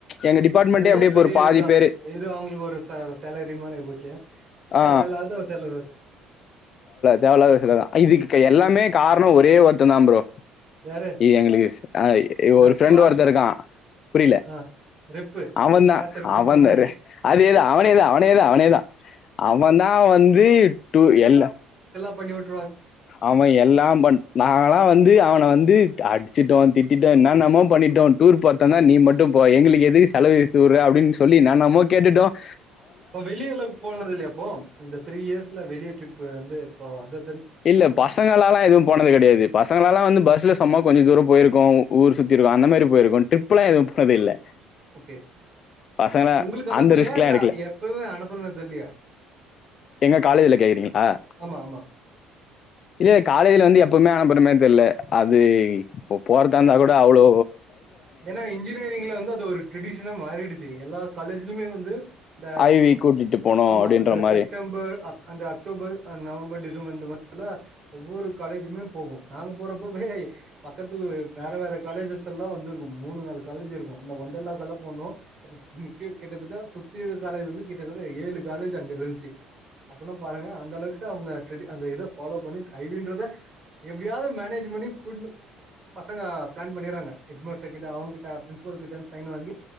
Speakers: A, on the left; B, on the right.
A: எங்க டிபார்ட்மெண்ட்டே
B: அதுவே
A: அப்டியே
B: பெரிய
A: ஒரு பாதி
B: இதுதான்
A: பேரு
B: எது அவங்களுக்கு ஒரு சேலரி மாரி ஆயிபோச்சு தேவஇல்லாத
A: ஆ
B: ஒரு செலவு
A: தேவலாத செலவு தான் இதுக் எல்லாமே காரணம் ஒரே ஒருத்த தான் ப்ரோ
B: யாரு
A: எங்களுக்கு
B: ரெப்பா
A: ஒரு ஃப்ரெண்ட் ஒருத்த இருக்கான் புரியல
B: ஆ ரெப்பு
A: அவன்
B: கிளாஸ்
A: தான்
B: ரெப்புன்ற
A: அவன்
B: மாரி
A: ஏது அவன ஏது அவன அவனேதான் அவனேதான் அவன் தான் வந்து டூ எல்ல
B: பன்னி வுட்
A: அவன் எல்லாம் பண் நாங்கலாம் வந்து அவன வந்து அடி ச்சிட்டோம் திட்டோம் என்ன்னமோ பண்ணிட்டோம் டூர் போர்த்த தான் நீ மட்டும் போ எங்களுக்கு எதுக்கு செலவு இழுத்தூற அப்படின்னு சொல்லி என்னனமோ கேட்டுட்டோம்
B: இப்ப வெளியஅவ்ளோக்கு போனது இல்லையாப்போ இந்த த்ரீ இயர்ஸ்ல வெளிய ட்ரிப் வந்து ஓ அது
A: இல்ல பசங்களலாம் எதுவும் போனது கெடையாது பசங்களாலாம் வந்து பஸ்ல சும்மா கொஞ்சம் தூரம் போயிருக் ஊர் சுத்தி இருக்கும் அந்த மாரி போயிருக்கும் ட்ரிப் எது போனது இல்ல
B: ஓகே
A: பசங்களா
B: உங்களுக்கு அனுப்பலையா
A: அந்த ரிஸ்க்லா
B: இல்ல
A: எடுக்கல
B: எப்பமே அனுப்புனதில்லையா
A: எங்க காலேஜ்ல கேக்றீங்க ஆஹ்
B: ஆமா ஆமா
A: இல்ல கா ல வந்து எப்பவுமே அனுப்புறமே தெரியல அது இ போற தா இருந்தா கூட அவ்வளோ
B: ஏன்னா இன்ஜினியரிங்ல வந்து அது ஒரு ட்ரெடிஷனா மாறிடுச்சு எல்லா காலேஜ்லயுமே வந்து இந்த
A: ஐவி கூட்டிட்டு போனோ
B: ஆமா
A: அப்டின்ற
B: அந்த
A: மாரி
B: செப்டம்பர் அந்த அக்டோபர் நவம்பர் டிச வந்தத ஒவ்வொரு காலேஜுமே போகும் நாங்க போறப்பவே ஏய் பக்கத்துக்கு வேற வேற காலேஜஸ் எல்லாம் வந்துரு மூனு நாலு காலேஜிருக்கும் இந்த ஒன்டர்லா கெல்லாம் போனோம் அப்ப கிட்டதட்ட சுத்தியிருக்க காலேஜி வந்து கிட்டதட்ட ஏழு காலேஜி அங்கிருந்துச்சு அப்பனா பாருங்க அந்த அளவுக்கு அவுங்க அந்த இத ஃபாலோ பண்ணி ஐவின்றத எப்படியாச்சும் மேனேச் பண்ணி கூட்னு பசங்க பிளன் பன்னிறாங்க எட்மாஸ் கிட்ட அவங்க கிட்ட பிரின்ஸ்பால் கிட்டிருந்து சையின் வாங்கி